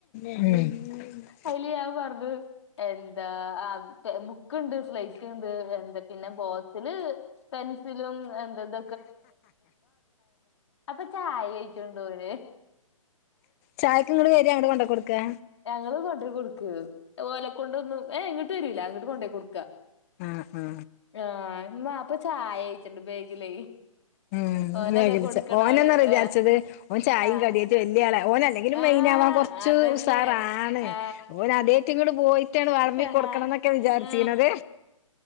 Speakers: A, on the left; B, on the left.
A: ഉം
B: അയ്ൽ ഞാൻ പറഞ്ഞു എന്താ <unintelligible> ക്ക്ണ്ട് സ്ലൈറ്റ് ഉണ്ട് എന്താ പിന്നെ ബോക്സില് പെൻസിലും എന്തത് അപ്പൊ ചായ കഴിച്ചണ്ടോയിന്
A: ചായക്ക് ഇങ്ങട്ട് വരെ അങ്ങട്ട് കൊണ്ടോ കൊടുക്കേ?
B: ഞങ്ങള് കൊണ്ട് കൊടുക്കഹ് ഓലെ കൊണ്ടൊന്നും ഏഹ് ഇങ്ങട്ട് വരൂല അങ്ങട്ട് കൊണ്ടോയി കൊടുക്ക.
A: ആഹ് ആഹ്
B: ആഹ് ന്നാപ്പ ചായ യിച്ചിണ്ട് ബേഗിലേ.
A: ഉം <unintelligible>
B: ഓനല്ലേ കൊടുക്കണ
A: ഓനാ
B: ആള്
A: ന്നറിയോ വിചാരിച്ചത്
B: ആഹ്
A: ഓൻ ചായിം
B: ആ
A: കടിയായിട്ട് വല്യ ആളെ ഓനല്ലെങ്കിലും
B: ആ
A: മെയിനാവാൻ കൊർ ച്ചു
B: അതന്നെ.
A: ഉസാറാണ്
B: ആ.
A: ഓന് ആദ്യായിട്ട് ഇങ്ങട്ട് പോയിട്ടാണ് വളമ്പി
B: ആ.
A: കൊടുക്ക്ണന്ന വിചാരിച്ചീണത്
B: ആ.